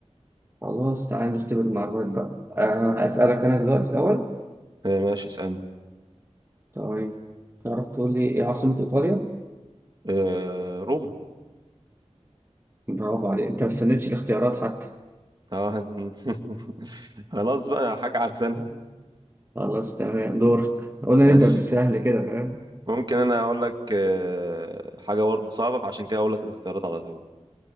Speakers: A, on the right; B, on the right.
A: خلاص تعال نختبر المعلومات بقى آه، اسالك انا دلوقتي الاول
B: آه، ماشي اسألني
A: طيب تعرف تقول لي ايه عاصمه ايطاليا
B: آه، روما
A: برافو عليك انت ما استنيتش الاختيارات حتى
B: آه، هن- <laughs> خلاص بقى حاجة عارفينها
A: خلاص تمام دورك قلنا
B: ماشي
A: نبدا بالسهل كده فاهم
B: ممكن أنا أقول لك آه، حاجة برضه صعبة فعشان كده أقول لك الاختيارات على طول